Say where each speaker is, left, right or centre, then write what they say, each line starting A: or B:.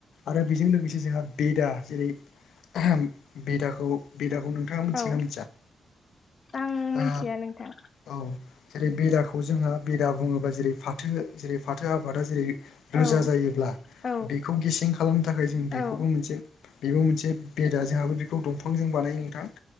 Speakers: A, on the left; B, on the left.
A: आरो बेजों लोगोसे जोंहा बेदा जेरै ओम बेदाखौ बेदाखौ नोंथाङा मिथिगोनना
B: औ
A: मिथिया
B: आं
A: ओ
B: मोनथिया नोंथां।
A: औ जेरै बेराखौ जोंहा बेदा बुङोबा जेरै फाथो जेरै फाथो आबादा जेरै रोजा
B: औ
A: जायोब्ला,
B: औ
A: बेखौ गेसें खालामनो थाखाय जों बेखौबो
B: औ
A: मोनसे बेबो मोनसे बेदा जोंहाबो बेखौ दंफांजों बानायो नोंथां।